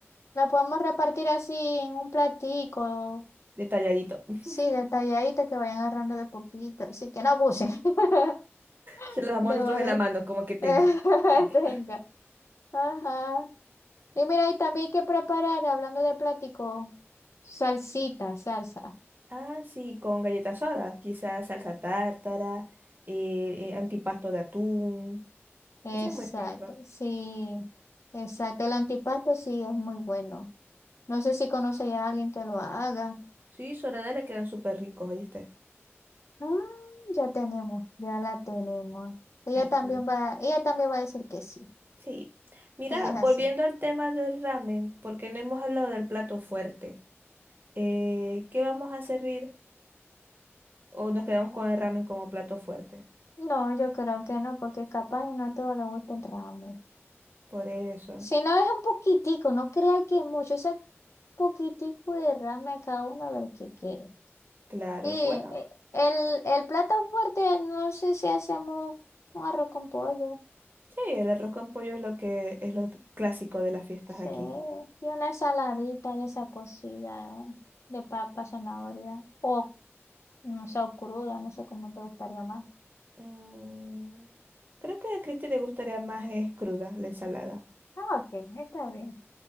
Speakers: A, on the left; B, on the right.
A: la podemos repartir así en un platico,
B: detalladito. <laughs>
A: sí, detalladita que vayan agarrando de poquito, así que no abusen <laughs>
B: Se lo damos
A: de
B: nosotros
A: lo que
B: en la mano, como que tenga.
A: <laughs>
B: Tenga.
A: tenga. Ajá. Y mira, y también hay que preparar, hablando de platico, salsita, salsa.
B: Ah, sí, con galleta soda, quizás salsa tártara, eh, eh, antipasto de atún.
A: Exacto,
B: Ese es muy rico.
A: sí, exacto. El antipasto sí es muy bueno. No sé si conoce ya a alguien que lo haga.
B: Sí, Soledad le quedan súper ricos, ¿oíste?
A: Ah, ya tenemos, ya la tenemos. Ella
B: Así.
A: también va, ella también va a decir que sí.
B: Sí. Mira,
A: Ella es
B: volviendo
A: así.
B: al tema del ramen, porque no hemos hablado del plato fuerte. Eh, ¿qué vamos a servir? ¿O nos quedamos con el ramen como plato fuerte?
A: No, yo creo que no, porque capaz y no todo le gusta el ramen.
B: Por eso,
A: Si no es un poquitico, no crea que mucho, ese poquitico de ramen a cada uno a ver qué quiere.
B: claro.
A: Y
B: Bueno.
A: eh, el, el plato fuerte, no sé si hacemos un arroz con pollo.
B: Sí, el arroz con pollo es lo que es lo t- clásico de las fiestas
A: Sí,
B: de aquí.
A: y una ensaladita de esa cocida de papa, zanahoria. O no sé, o cruda, no sé cómo te gustaría más.
B: Mm, creo que a Cristi le gustaría más es cruda la ensalada.
A: Ah, ok, está bien.